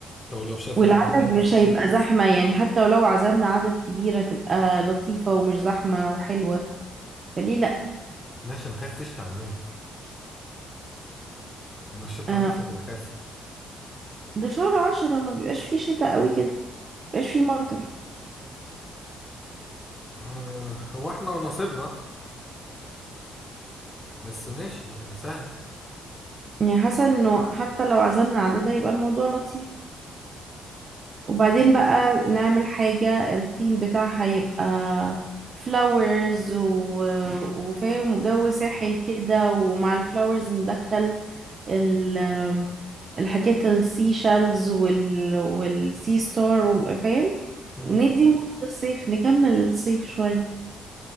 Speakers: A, on the left; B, on the right.
A: لو لو شتت
B: والعدد
A: على الناس
B: مش هيبقى زحمة يعني حتى ولو عزمنا عدد كبيرة تبقى لطيفة ومش زحمة وحلوة فليه لا
A: ماشي انا خايف تشتي على الناس لو شتت
B: آه،
A: على الناس هتبقى كارثة
B: ده شهر عشرة ما بيبقاش فيه شتاء قوي كده ما بيبقاش فيه مطر
A: آه، هو احنا ونصيبنا بس ماشي يعني سهلة
B: يعني حاسة انه حتى لو عزمنا عدد هيبقى الموضوع لطيف وبعدين بقى نعمل حاجة الثيم بتاعها يبقى فلاورز و... وفاهم وجو ساحل كده ومع الفلاورز ندخل ال... الحاجات السي شالز وال... والسي ستار و- فاهم
A: مم.
B: ندي مود للصيف نكمل الصيف شوية